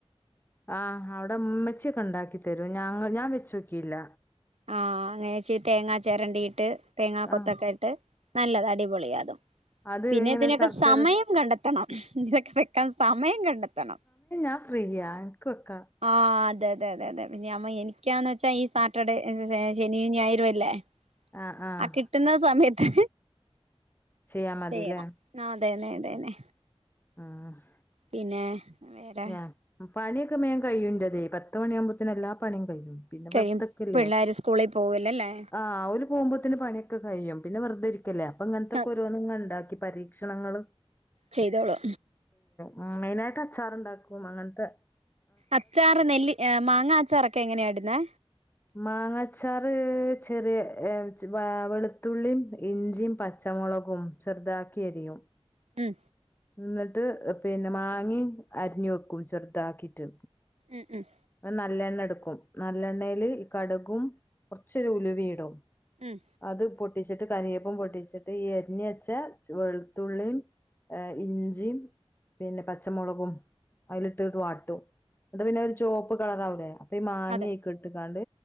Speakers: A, on the left (about 20°); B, on the right (about 85°).
A: ആഹ് അവിടെ ഉമ്മച്ചയൊക്കെ ഉണ്ടാക്കി തരൂ ഞ ഞാൻ വെച്ച് നോക്കിയില്ല
B: ആ അങ്ങനെച്ച തേങ്ങാ ചിരണ്ടിട്ട് തേങ്ങാ കൊത്തൊക്കെ
A: ആഹ്
B: ഇട്ട് നല്ലതാ അടിപൊളിയാതും
A: അത്
B: പിന്നെതിനൊക്കെ
A: എങ്ങനെ ശർക്കര
B: സമയം കണ്ടെത്തണം ഇതിനൊക്കെ വെക്കാൻ സമയം കണ്ടെത്തണം
A: ആ ഫ്രീയാന്ക്ക് വെക്ക
B: ആ അതെ അതെ അതെ അതെ പിന്നെ നമ്മ എനിക്കാന്ന് വെച്ചാ ഈ സാറ്റർഡേ ശെനിം ഞായറും അല്ലേ
A: ആഹ് ആഹ്
B: ആ കിട്ടുന്ന സമയത്ത്
A: ചെയ്യാ മതില്ലേ
B: ചെയ്യണം ആ അതെനേ അതെന്നേ
A: ആഹ്
B: പിന്നെ വേറെ
A: ഞാ പണ്യൊക്കെ മേം കയ്യുൻ്റെതേ പത്ത് മണിയാവുമ്പോത്ത്ന് എല്ലാ പണിം കയ്യും പിന്നെ
B: കഴിയും
A: വെറ്തെക്കല്ലേ
B: പിള്ളേര് സ്കൂളിൽ പോവൂലല്ലേ
A: ആ ഓൽ പോകുമ്പോത്ത്ന് പണ്യൊക്കെ കഴിയും പിന്നെ വെറുതെയിര്ക്കല്ലേ അപ്പൊ ഇങ്ങന് ത്തക്കോരോന്ന്ങ്ങെണ്ടാക്കി
B: ആഹ്
A: പരീക്ഷണങ്ങൾ
B: ചെയ്തോളൂ
A: മ് മെയ്നായ്ട്ട് അച്ചാറ്ണ്ടാക്കും അങ്ങന്ത്തെ
B: അച്ചാർ നെല്ലി മാങ്ങാച്ചാറൊക്കെ എങ്ങനെയിടുന്നേ
A: മാങ്ങച്ചാർ ചെറിയ വെളുത്തുള്ളിം ഇഞ്ചിയു പച്ച ച്ചമൊളകും ചെറ്താക്കി എരിയും
B: മ്മ്
A: ന്ന്ട്ട് പിന്നെ മാങ്ങിം അര്ഞ്ഞ് വെക്കും ചെറ്താക്കിട്ട്
B: ഉം ഉം
A: നല്ലെണ്ണ എടക്കും നല്ലെണ്ണേൽ കട്കും കൊറ്ച്ചൊരു ഉലുവീടും
B: ഉം
A: അത് പൊട്ടിച്ചിട്ട് കര്യേപ്പും പൊട്ടിച്ചിട്ട് ഈ എര്ഞ്ഞെച്ച വെള്ത്തുള്ളിം എം ഇഞ്ചിം പിന്നെ പച്ചമൊളകും അയിൽ ഇട്ടിട്ടു വാട്ടും ന്നട്ട് പിന്നത് ഒരു ചോവപ്പ് കളറാവൂലേ അപ്പൊ ഈ മാങ്ങിം
B: അതെ
A: അയ്ക്ക്ട്ട്ക്കാണ്ട്